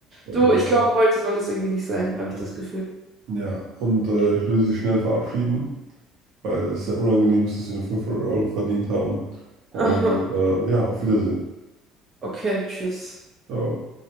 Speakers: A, on the right; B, on the right.
A: Und
B: Du,
A: dann-
B: ich glaube, heute soll das irgendwie nicht sein, habe ich
A: Ja.
B: das Gefühl.
A: Ja, und äh,
B: Irgendwie-
A: ich will Sie schnell verabschieden, weil es sehr unangenehm ist, dass Sie nur 500 Euro verdient haben. Und
B: <laughs>
A: äh, ja, auf Wiedersehen.
B: Okay, tschüss.
A: Ciao.